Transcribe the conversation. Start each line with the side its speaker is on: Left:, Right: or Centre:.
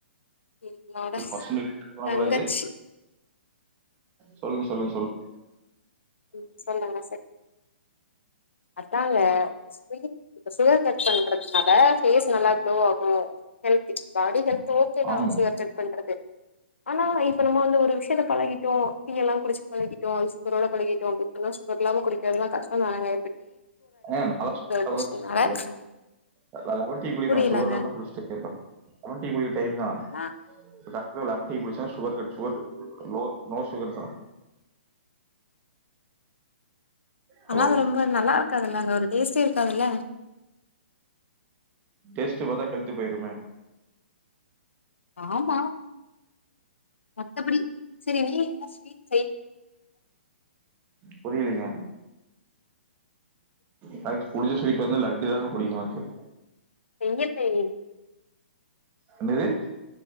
Left: என்னோட
Right: <unintelligible>
Left: தங்கச்சி
Right: குள்ளது சொல்லுங்க சொல்லுங்க சொல்லு <inaudible>
Left: ம் சொல்லுங்க சர் அதாங்க ஆக்சுலி இப்ப சுகர் கட் பண்றதுனால ஃபேஸ் நல்லா க்ளோ ஆகு ஹெல்த் பாடி ஹெல்த் ஓகேதா
Right: ஆமா
Left: சுகர் கட் பண்றது ஆனா இப்ப நம்ம வந்து ஒரு விஷயத்த பழகிட்டோ டீயல்லா குடிச்சு பழகி ட்டோ சுகரோட பழகிட்டோ இப்பனா சுகரில்லாம குடிக்கிறதுனா கஷ்டந்தானங்க
Right: ஆ பழக பழக
Left: கொசனால
Right: சரியா போயிரு நா லெமன் டீ குடிப்ப
Left: புரியலங்க
Right: சுகர் இல்லாமதா குடிச்சிட்ருக்க இப்ப லெமன் டீ குடிக்கற டைம்தா
Left: நா
Right: இப்பதா லெமன் டீ குடிச்சனா sugar cut sugar low no சுகர்தா
Left: ஆனா
Right: ஹலோ
Left: அது ரொம்ப நல்லாருக் காதுல்லங்க ஒரு டேஸ்ட்டே இருக்காதுல்ல
Right: டேஸ்ட் பாத்தா ஹெல்த்து போயிருமே
Left: ஆமா எப்பிடி செரி நீ என்ன ஸ்வீட் செய்
Right: புரியலிங்க எனக்கு புடிச்ச ஸ்வீட் வந்து லட்டு தாங்க பிடிக்கு எனக்கு
Left: செய்ய தெரியு
Right: என்னது